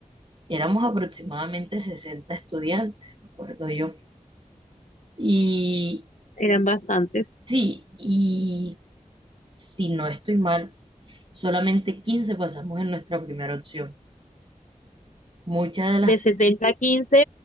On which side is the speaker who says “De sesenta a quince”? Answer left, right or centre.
Left